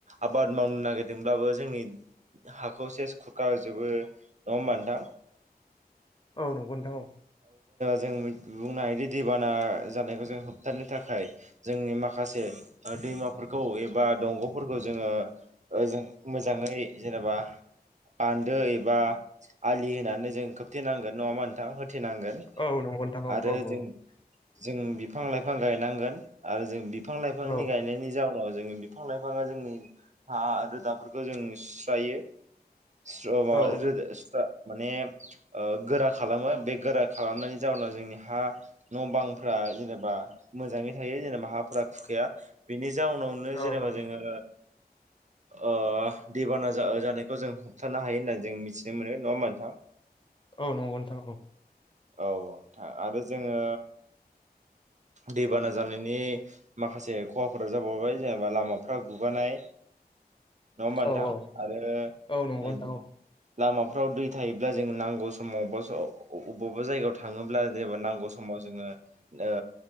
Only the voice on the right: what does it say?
आबाद मावनो नागिरदोंब्लाबो जों जोंनि हाखौ सेस कुरखा जोबो नंङा होनबा नोंथां
जों बुंनो हायोदि दैबाना जानायखौ जों होबथानो थाखाय जोंनि माखासे दैमाफोरखौ एबा दंग'फोरखौ जोङो जों मोजाङै जेनेबा बान्दो एबा आलि होनानै जों खोबथेनांगोन नङा होनबा नोंथां होथेनांगोन
आरो
जों
जों बिफां लाइफां गायनांगोन आरो जों बिफां लाइफांनि
गायनायनि जाउ नाव जों बिफां लाइफाङा जोंनि हा रोदाफोरखौ जों सुस्रायो। सुस्रबा
<unintelligible> माने ओ गोरा खालामो बे गोरा खालामनायनि जाहोनाव जोंनि हा न' बांफोरा जेनेबा मोजाङै थायो जेनेबा हाफोरा खुखाया बेनि जाउनावनो
जेनेबा
जोङो ओ दैबाना जा-जानायखौ जों होबथानो हायो होनना जों मिथिनो मोनो नङा होमबा नोंथां?
औ औ नोंथां आरो जोङो दैबाना जानायनि माखासे खहाफोरा जाबावबाय जेनेबा लामाफ्रा गुगानाय नङा होमबा नोंथां
आरो
<unintelligible>
लामाफ्राव दै थायोब्ला जों नांगौ समाव अबेबा समाव अबावबा अबावबा जायगायाव थाङो ब्ला नांगौ समाव जोङो ओ